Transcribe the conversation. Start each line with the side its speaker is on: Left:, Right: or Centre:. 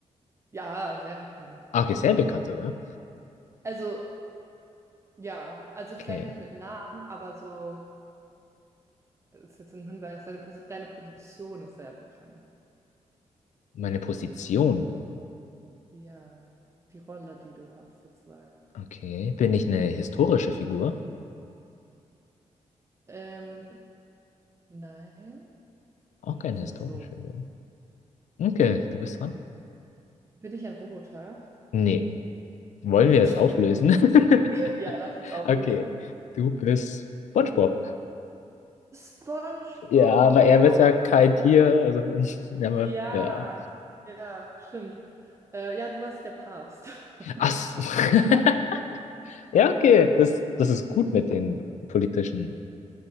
Right: Ja, sehr bekannt.
Left: Ah, Okay, sehr bekannt sogar.
Right: Also, ja, also vielleicht
Left: Okay,
Right: nicht mit Namen, aber so. Das ist jetzt ein Hinweis, deine, deine Position ist sehr bekannt.
Left: meine Position.
Right: Ja, die Rolle, die du hast, sozusagen.
Left: Okay, bin ich eine historische Figur?
Right: Ähm, nein,
Left: Auch
Right: würde ich
Left: keine
Right: jetzt
Left: historische
Right: nicht so.
Left: Figur. Okay, du bist dran?
Right: Bin ich ein Roboter?
Left: Nee. Wollen
Right: Oh,
Left: wir
Right: <laughs>
Left: es auflösen? <laughs>
Right: ja, lass uns auflösen.
Left: Okay, du bist SpongeBob.
Right: SpongeBob!
Left: Ja, aber er
Right: Ah,
Left: wird ja kein Tier, also <laughs> aber,
Right: ja,
Left: ja.
Right: ja, stimmt. Äh, ja, du warst der Papst. <laughs>
Left: Ach, so. <laughs> ja, okay, das, das ist gut mit den politischen,